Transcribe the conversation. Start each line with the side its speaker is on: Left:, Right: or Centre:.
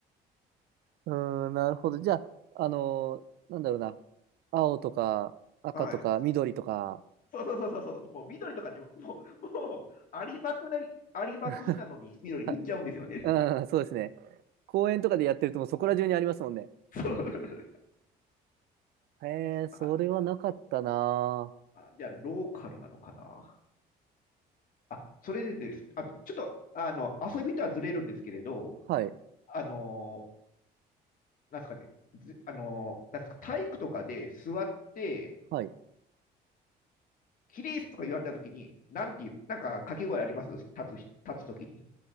Right: うーん、なるほど。じゃあ、あのーなんだろうな。青とか赤とか緑とか。
Left: はい。そうそうそうそうそう、もう緑とかにも、もう、もうありまくり、ありまくりなのに緑言っちゃうんですよね。
Right: <laughs> あうん、そうですね。公園とかでやってるともうそこら中にありますもんね。
Left: そう
Right: へえ、それはなかったな。
Left: ああじゃあ、ローカルなのかな。あ、それでですね、あと、ちょっと、あの、遊びとはずれるんですけれど、
Right: はい。
Left: あの、なんですかね、ずあの、なんですか、体育とかで座って、
Right: はい。
Left: キリースとか言われたときに、なんていう、なんか掛け声あります立つ、立つときに。